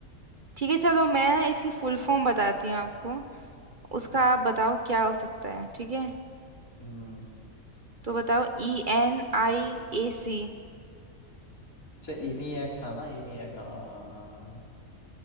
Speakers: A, on the right (about 40°); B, on the left (about 75°).
A: ठीक है चलो मैं इसकी फुल फॉर्म बताती हूँ आपको उसका
B: हम्म
A: आप बताओ क्या हो सकता है ठीक है
B: हम्म,
A: तो बताओ ई एन आई ए सी
B: अच्छा ENIAC था ना ENIAC हाँ हाँ हाँ हाँ।